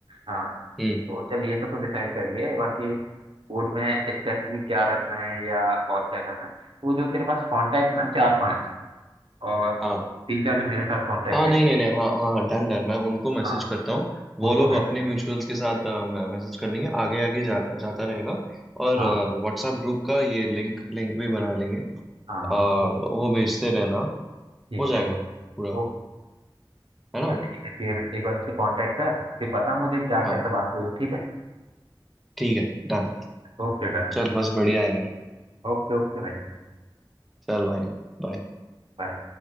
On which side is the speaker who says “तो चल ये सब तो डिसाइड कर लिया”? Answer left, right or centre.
Right